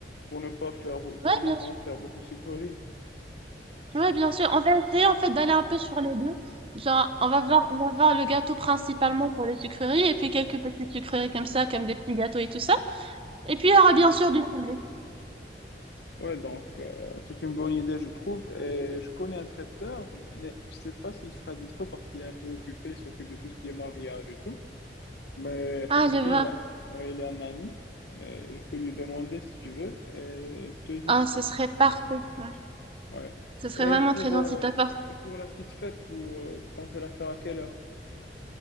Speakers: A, on the left (about 70°); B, on the right (about 30°).
A: pour ne pas faire, beau-
B: Ouais,
A: pour ne
B: bien
A: pas
B: sûr.
A: en faire beaucoup de sucreries.
B: Ouais, bien sûr. On va essayer en fait d'aller un peu sur les deux. Genre, on va voir, on va voir le gâteau principalement pour les sucreries et puis quelques petites sucreries comme ça, comme des petits gâteaux et tout ça. Et puis il y aura bien sûr du salé.
A: Ouais, donc euh, c'est une bonne idée, je trouve. Et je connais un traiteur, mais je sais pas s'il sera dispo parce qu'il est un peu occupé, il s'occupe de tout ce qui est mariage et tout. Mais
B: Ah,
A: ça tombe
B: je vois.
A: bien, il a, ouais, il a un ami. Mais je peux lui demander si tu veux et je te dis.
B: Ah, ce serait parfait. Ouais.
A: Ouais.
B: Ce serait
A: Et
B: vraiment
A: pour,
B: très gentil
A: euh,
B: de ta part.
A: et pour la petite fête, vous, euh, vous comptez la faire à quelle heure?